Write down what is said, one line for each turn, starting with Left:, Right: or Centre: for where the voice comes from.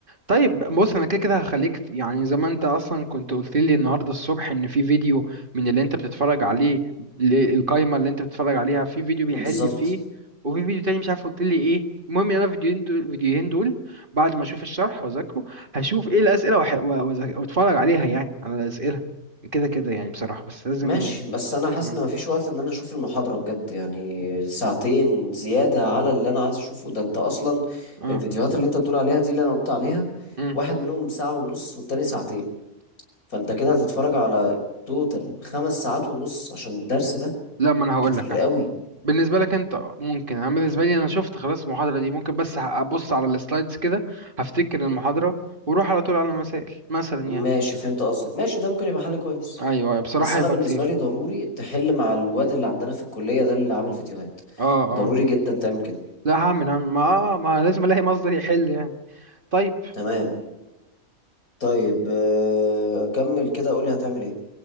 Right: طيب بص انا كده كده هخليك ت- يعني زي ما انت اصلا كنت قلت لي النهارده الصبح ان في فيديو من اللي انت بتتفرج عليه ل- القايمه اللي انت بتتفرج عليها في فيديو بيحل
Left: بالظبط
Right: فيه وفي فيديو تاني مش عارف قلت لي ايه المهم يعني انا الفيديوهين دول الفيديوهين دول بعد ما اشوف الشرح واذاكره هشوف ايه الاسئله وح- و- وأذا- واتفرج عليها يعني على الاسئله كده كده يعني بصراحه بس لازم
Left: ماشي بس انا حاسس
Right: مم.
Left: ان مفيش وقت ان انا اشوف المحاضرة بجد يعني ساعتين زيادة على اللي انا عايز اشوفه ده انت اصلا
Right: اه
Left: الفيديوهات اللي انت بتقول عليها دي اللي انا قلت عليها
Right: مم.
Left: واحد منهم ساعة ونص والتاني ساعتين فانت كده هتتفرج على توتال خمس ساعات ونص عشان الدرس ده
Right: لا ما انا هقول
Left: كتير
Right: لك
Left: قوي
Right: بالنسبة لك انت ممكن انا بالنسبة لي انا شفت خلاص المحاضرة دي ممكن بس ه- ابص على السلايدز كده هفتكر المحاضرة واروح على طول على المسائل مثلا
Left: ماشي
Right: يعني
Left: فهمت قصدك ماشي ده ممكن يبقى حل كويس
Right: ايوه ايوه بصراحة
Left: بس انا
Right: هيبقى
Left: بالنسبه
Right: كتير
Left: لي ضروري تحل مع الواد اللي عندنا في الكليه ده اللي عامل فيديوهات
Right: اه اه
Left: ضروري جدا تعمل كده
Right: لا هعمل هعمل ما آه ما لازم الاقي مصدر يحل يعني طيب
Left: تمام طيب آه، كمل كده قول لي هتعمل ايه